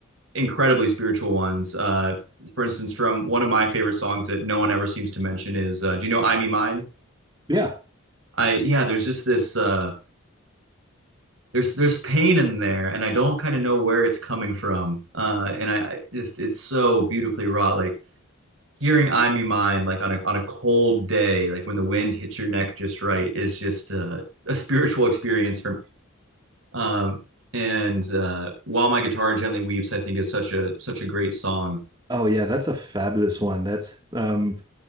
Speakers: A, on the right (about 70°); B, on the right (about 20°).
A: incredibly spiritual ones, uh, for instance, from one of my favorite songs that no one ever seems to mention is, uh, do you know "I Me Mine"?
B: yeah.
A: I yeah, there's just this uh, there's there's pain in there, and I don't kind of know where it's coming from, uh, and I, I just it's so beautifully wrought, like. Hearing "I Me Mine" like on a on a cold day, like when the wind hits your neck just right, is just uh, a spiritual experience for me. Um, and uh, "While My Guitar Gently Weeps," I think is such a such a great song.
B: Oh yeah, that's a fabulous one. That's um,